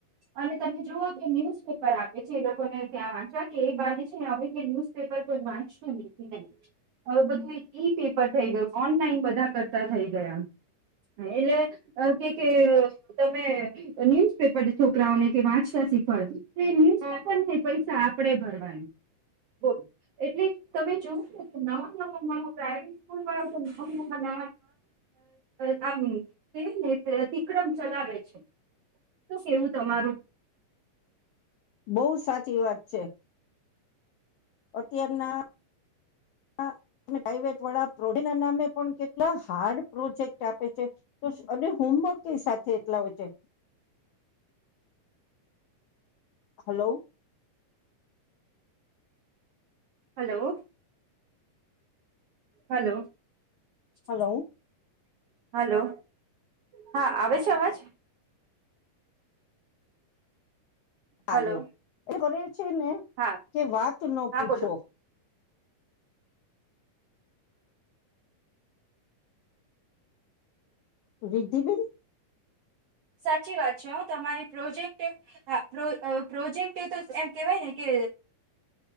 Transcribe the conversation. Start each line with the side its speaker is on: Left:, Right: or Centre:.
Right: અને તમે જુઓ કે ન્યુઝ પેપર આપે છે એ લોકોને ત્યાં વાંચવા કે એ બાની છે ને હવે કે ન્યુઝપેપર કોઈ વાંચતું નથી નહી હવે બધું ઈ પેપર થઈ ગયું ઓનલાઈન બધા કરતા થઈ ગયા એટલે કે તમે ન્યુઝપેપર છકરાઓ વાંચતા શીખવાડતી ન્યુેપને પૈસા આપડે ભરવાનું બોલો એટલે તમે જોવ ને ન ન પ્રવેટૂલ ન ન આમને તિક્રમ ચલાવે છે શ કેવું તમારું
Left: બહુ સાચી વાત છે અત્યારના પ્રાઈવેટ વાળા પ્રોજેક્ટ ના નામે પણ કેટલા હાર્ડ પ્રોજેક્ટ આપે છે તો અને હોમવર્ક ક સાથે એટલા હોય છે hello
Right: hello hello <inaudible>
Left: hello
Right: hello હા આવે છે અવાજ
Left: આવ્યો
Right: હલો
Left: એ કરે છે ને
Right: હા
Left: કે વાત ન
Right: હા
Left: પૂછો
Right: બોલો
Left: રિગધબલ
Right: સાચી વાત છે હ તમારે પ્રોજેક્ટ પ્રોજેક્ટ તો એમ કેવાય ને કે